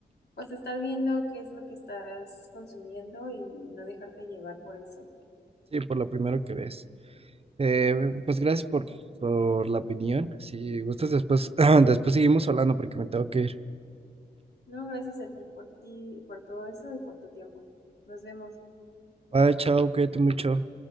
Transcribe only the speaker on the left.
pues estar viendo qué es lo que estás consumiendo y no dejarte llevar por eso.
Ujú.
No, gracias a ti por ti, por todo eso y por tu tiempo. Nos vemos.